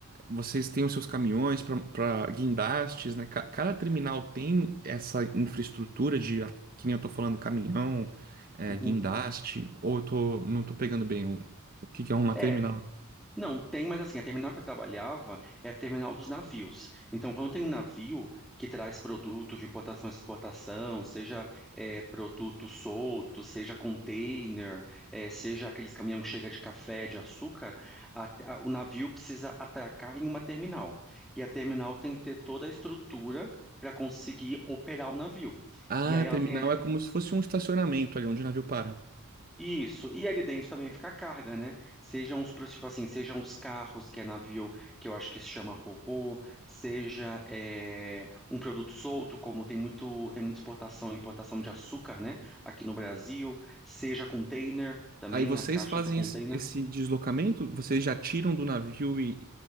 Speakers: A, on the right; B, in the centre.
A: Vocês têm os seus caminhões para guindastes, né? Ca- Cada terminal tem essa infraestrutura de, que nem eu tô falando, caminhão, é,
B: Uhum.
A: guindaste, ou eu tô, não tô pegando bem o, o que que é uma
B: É,
A: terminal.
B: Não, tem, mas assim, a terminal que eu trabalhava é a terminal dos navios. Então, quando tem um navio que traz produto de importação e exportação, seja eh, produto solto, seja container, eh, seja aqueles caminhões que chegam de café, de açúcar, a- a- o navio precisa atracar em uma terminal. E a terminal tem que ter toda a estrutura para conseguir operar o navio.
A: Ah,
B: E aí ela
A: terminal
B: tem
A: é como se fosse um estacionamento ali onde o navio para.
B: isso, e ali dentro também fica a carga, né? Sejam os, pro- tipo assim, sejam os carros, que é navio, que eu acho que se chama ro seja é, um produto solto, como tem muito, tem muita exportação e importação de açúcar, né? Aqui no Brasil, seja container, também
A: Aí vocês
B: as caixas
A: fazem
B: do container.
A: esse, esse deslocamento, vocês já tiram do navio e,